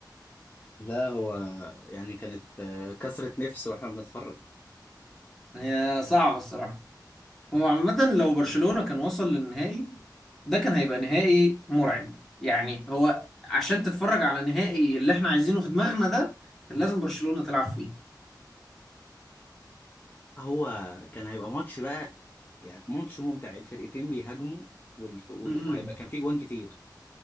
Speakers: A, on the left; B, in the centre.
A: لا هو يعني كانت آه، كسرة نفس واحنا بنتفرج
B: هي صعبة الصراحة هو عامة لو برشلونة كان وصل للنهائي ده كان هيبقى نهائي مرعب يعني هو عشان تتفرج على نهائي اللي احنا عايزينه في دماغنا ده كان لازم برشلونة تلعب فيه
A: هو كان هيبقى ماتش بقى يعني ماتش ممتع الفرقتين بيهاجموا والف... وهيبقى
B: امم
A: كان فيه جوان كتير